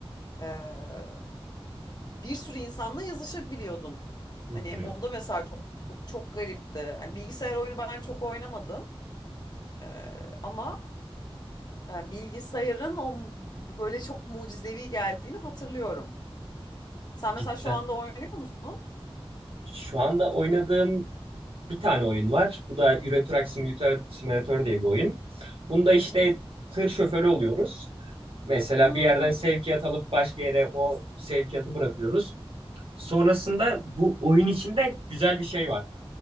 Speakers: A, on the left; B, on the right.
A: Ee, bir sürü insanla yazışabiliyordun.
B: Hı
A: Hani
B: hı.
A: o da mesela çok çok, çok garipti. Yani bilgisayar oyunu ben çok oynamadım. Ee, ama e, bilgisayarın o m- böyle çok mucizevi geldiğini hatırlıyorum. Sen mesela
B: Cidden.
A: şu anda oynuyor musun?
B: Şu anda oynadığım bir tane oyun var. Bu da Euro Truck Simulator, Simulator diye bir oyun. Bunda işte
A: Hı hı.
B: tır şoförü oluyoruz. Mesela
A: Hmm.
B: bir yerden sevkiyat alıp başka yere o sevkiyatı bırakıyoruz. Sonrasında bu oyun içinde güzel bir şey var.